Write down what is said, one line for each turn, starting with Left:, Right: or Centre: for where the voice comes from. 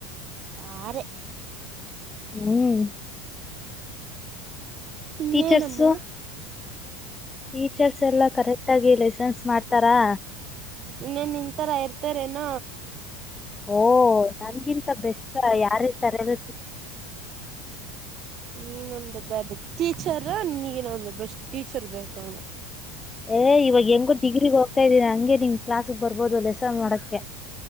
Right: ಸಾರೆ.
Left: ಹ್ಮ್.
Right: ಇನ್ನೇನಮ್ಮ
Left: ಟೀಚರ್ ಸು ಟೀಚರ್ಸ್ ಎಲ್ಲಾ ಕರೆಕ್ಟ್ ಆಗಿ ಲೈಸನ್ಸ್ ಮಾಡ್ತಾರಾ
Right: ಇನ್ನೇನ್ ನಿನ್ನ ತರಾ ಇರ್ತಾರೇನ.
Left: ಓಹ ನನ್ಗಿಂತ ಬೆಸ್ಟ್ ಯಾರ ಇರತಾರರ್
Right: ನೀನೊಂದ ದೊಡ್ಡ ಟೀಚರ್ ನೀಗನ ಒಂದ್ ಬೆಸ್ಟ್ ಟೀಚರ್ ಬೇಕನ.
Left: ಏ ಇವಾಗ ಹೆಂಗು ಡಿಗ್ರಿಗ್ ಹೋಗ್ತಾ ಇದೀನಿ ಹಂಗೆ ನಿನ್ ಕ್ಲಾಸ್ಕ್ ಬರ್ಬೋದು ಲೆಸನ್ ಮಾಡೋಕ್ಕೆ.